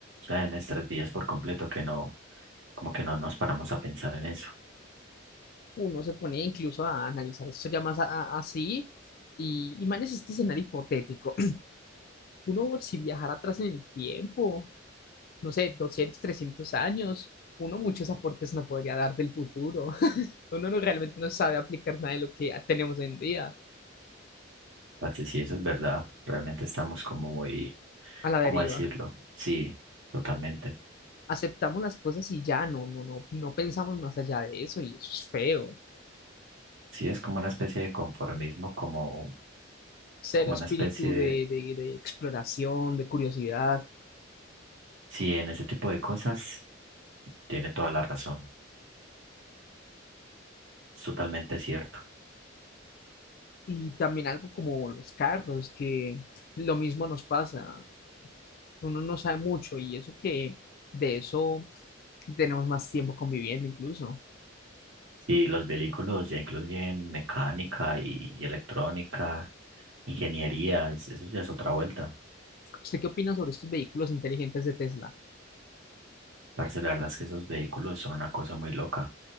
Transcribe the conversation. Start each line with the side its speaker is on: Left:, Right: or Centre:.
Right: ya de nuestras vidas por completo que no, como que no nos paramos a pensar en eso.
Left: Uno se pone incluso a analizar esto ya más a- a- así y, y manes este escenario hipotético. <clears throat> Uno si viajara atrás en el tiempo, no sé, 200 300 años, uno muchos aportes no podría dar del futuro. Uno no realmente no sabe aplicar nada de lo que tenemos hoy en día
Right: Parce, sí eso es verdad, realmente estamos como muy,
Left: a la deriva.
Right: ¿cómo decirlo? Sí, totalmente.
Left: Aceptamos las cosas y ya, no, no, no, no pensamos más allá de eso y eso es feo.
Right: Sí, es como una especie de conformismo, como,
Left: Cero
Right: como
Left: espíritu
Right: una especie
Left: de, de, de exploración, de curiosidad
Right: Sí, en ese tipo de cosas tiene toda la razón. Es totalmente cierto.
Left: y también algo como los carros, que lo mismo nos pasa. Uno no sabe mucho y eso que de eso tenemos más tiempo conviviendo incluso.
Right: Y los vehículos ya incluyen mecánica y, y electrónica, ingeniería, es- eso ya es otra vuelta.
Left: ¿Usted qué opina sobre estos vehículos inteligentes de Tesla?
Right: Parce, la verdad es que esos vehículos son una cosa muy loca.